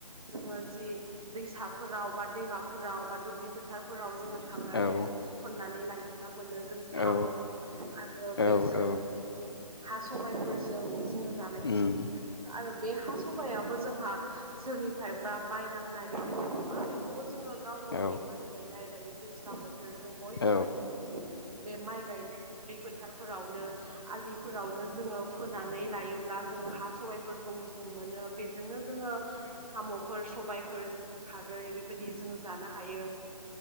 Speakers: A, on the right; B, on the left.
A: जोङो जि दैसाफोराव बा दैमाफोराव बा दुब्लि फोथारफोराव जोङो थांनानै
B: औ
A: जोङो खननानै लायोब्ला मोनो जों साम'
B: औ
A: आरो बे
B: औ
A: साम'जों
B: औ
A: हा सबायफोरजों जोङो जानायखौ
B: उम
A: मोननो हायो आरो बे हा सबायाबो जोंहा। सोरनिफ्रायबा बायनांनाय बेबायदि नङा बेखौबो जोङो गाव गावनि
B: औ
A: माइ गायनाय दायो दैज्लां बोथोर जों बयबो
B: औ
A: माइ गायदों बे माइ गायनाय दुब्लि फोथारफोरावनो। नो आलिफोरावनो जोङो। फोनानै लायोब्ला जोङो हा सबायफोरखौ मोजों मोनो बे जोंनो जोङो साम'फोर सबायफोर जोङो खारै बेबायदि जोङो जानो हायो।